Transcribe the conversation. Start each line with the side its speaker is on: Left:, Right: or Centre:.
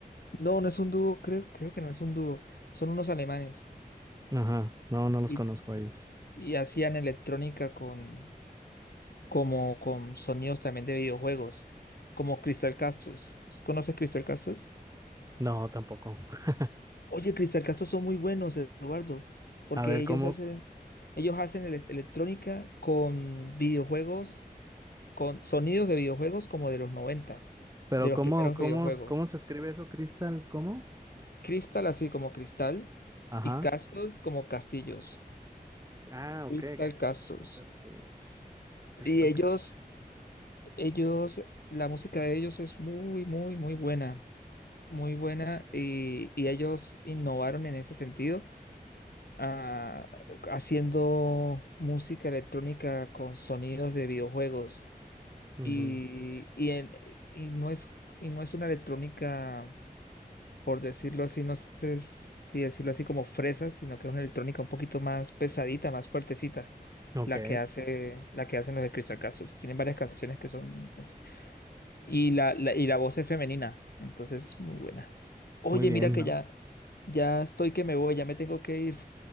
Left: No, no es un dúo, creo, creo que no es un dúo. Son unos alemanes.
Right: Ajá, no, no los
Left: Y
Right: conozco a ellos.
Left: y hacían electrónica con como con sonidos también de videojuegos, como Crystal Castles. ¿Conoces Crystal Castles?
Right: No, tampoco. <laughs>
Left: Oye, Crystal Castles son muy buenos, Eduardo, porque
Right: A ver,
Left: ellos
Right: ¿cómo,
Left: hacen ellos hacen el- electrónica con videojuegos, con sonidos de videojuegos como de los 90
Right: Pero
Left: de los
Right: ¿cómo,
Left: primeros
Right: cómo,
Left: videojuegos.
Right: cómo se escribe eso, Crystal? ¿Cómo?
Left: Crystal así como cristal
Right: Ajá.
Left: y Castles como castillos.
Right: Ah, ok.
Left: Crystal
Right: Crystal
Left: Castles.
Right: Castles. Crystal
Left: Y ellos
Right: Castles.
Left: Ellos, la música de ellos es muy, muy, muy buena, muy buena
Right: Ok.
Left: y, y ellos innovaron en ese sentido, ah, haciendo música electrónica con sonidos de videojuegos
Right: Ujú.
Left: y, y, en- y no es, y no es una electrónica, por decirlo así, no sé si decirlo así como fresa, sino que es una electrónica un poquito más pesadita, más fuertecita,
Right: Ok.
Left: la que hace, la que hacen los de Crystal Castles. Tienen varias canciones que son así y la, la- y la voz es femenina, entonces muy buena. Oye,
Right: Muy bien,
Left: mira que
Right: ¿no?
Left: ya, ya estoy que me voy, ya me tengo que ir.